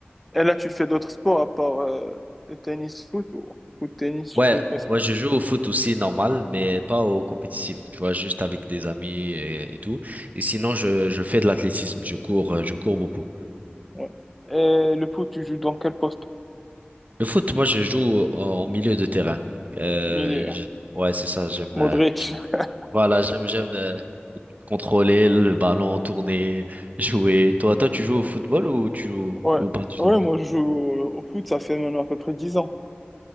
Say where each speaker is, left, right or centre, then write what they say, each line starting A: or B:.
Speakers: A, in the centre; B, on the right (about 40°).
A: Et là, tu fais d'autres sports à part euh, le tennis, foot ou foot, tennis,
B: Ouais,
A: je sais pas ce que
B: ouais,
A: tu...
B: je joue au foot aussi normal, mais pas au compétitif. Tu vois, juste avec des amis et, et tout. Et sinon je je fais de l'athlétisme, je cours, euh, je cours beaucoup.
A: Ouais. Et le foot, tu joues dans quel poste?
B: Le foot, moi, je joue au, au milieu de terrain. Euh,
A: Milieu.
B: je- ouais, c'est ça. J'aime,
A: Modric.
B: euh, j-
A: <laughs>
B: voilà, j'aime, j'aime euh, contrôler le ballon, tourner, jouer. Toi, toi, tu joues au football ou tu joues
A: Ouais.
B: ou pas du
A: Ouais,
B: tout?
A: moi, je joue au foot, ça fait maintenant à peu près 10 ans.